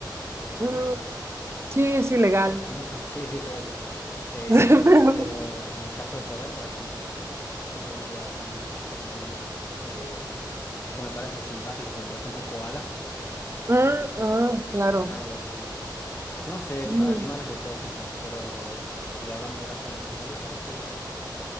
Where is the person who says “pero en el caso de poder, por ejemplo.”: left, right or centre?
Left